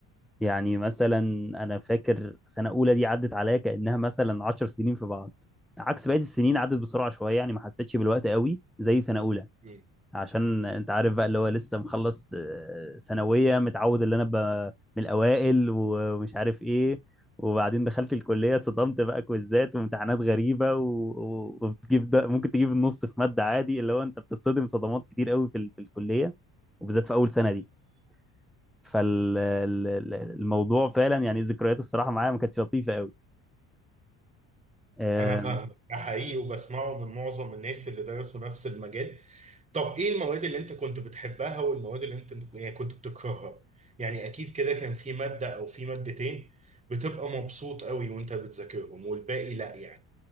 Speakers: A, in the centre; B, on the right.
A: يعني مثلا أنا فاكر سنة أولى دي عدت عليا كأنها مثلا عشر سنين في بعض عكس بقية السنين عدت بسرعة شوية يعني ما حسيتش بالوقت قوي زي سنة أولى
B: مم.
A: عشان انت عارف بقى اللي هو لسه مخلص آه، ثانوية متعود اللي انا ابقى من الاوائل و- ومش عارف ايه وبعدين دخلت الكلية صدمت بقى كويزات وامتحانات غريبة و- و- وبتجيب ده ممكن تجيب النص في مادة عادي اللي هو انت بتتصدم صدمات كتير قوي في ال- في الكلية وبالذات في اول سنة دي فالموضوع فعلا يعني ذكريات الصراحة معايا ما كانتش لطيفة قوي
B: انا فاهم ده حقيقي وبسمعه من معظم الناس اللي درسوا نفس المجال طب ايه المواد اللي انت كنت بتحبها والمواد اللي انت يعني كنت بتكرهها يعني اكيد كده كان في مادة او في مادتين بتبقى مبسوط قوي وانت بتذاكرهم والباقي لا يعني